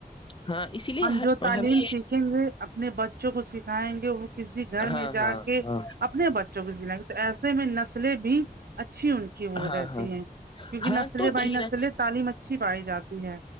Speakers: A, on the left; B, on the right.
A: ہاں اس لیے
B: ہم جو تعلیم
A: ہمیں
B: سیکھیں گے اپنے بچوں کو سکھائیں گے وہ کسی گھر
A: ہاں
B: میں جا
A: ہاں
B: کے
A: ہاں
B: اپنے بچوں کو سکھائیں گے تو ایسے میں نسلیں بھی اچھی ان کی وہ
A: ہاں
B: رہتی
A: ہاں
B: ہیں کیونکہ
A: ہاں
B: نسل
A: تو
B: بائی
A: کہیں
B: نسلیں
A: نہ
B: تعلیم اچھی پائی جاتی ہے